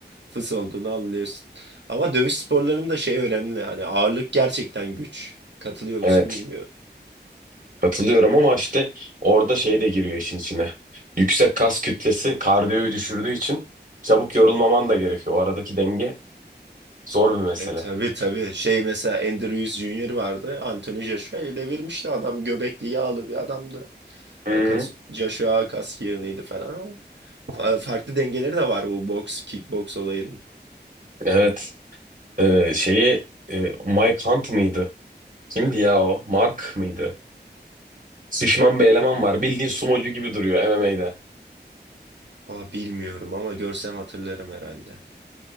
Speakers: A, on the right; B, on the right.
A: Fıs olduğunu anlıyorsun. Ama dövüş sporlarında şey önemli. Hani ağırlık gerçekten güç. Katılıyor musun
B: Evet.
A: bilmiyorum.
B: Katılıyorum ama işte orada şey de giriyor işin içine. Yüksek kas kütlesi kardiyoyu düşürdüğü için çabuk yorulmaman da gerekiyor. O aradaki denge zor bir mesele.
A: E tabii tabii. Şey mesela Andrews Junior vardı. Anthony Joshua'yı devirmişti adam. Göbekli yağlı bir adamdı.
B: Hı-hı.
A: Hani kas, Joshua kas yığınıydı falan ama fa- farklı dengeleri de var bu boks, kickboks olayının.
B: Evet. Ee, şeyi e, Mike Hunt mıydı? Kimdi ya o? Mark mıydı? Şişman bir eleman var. Bildiğin sumocu gibi duruyor MMA'de.
A: Aa, bilmiyorum ama görsem hatırlarım herhalde.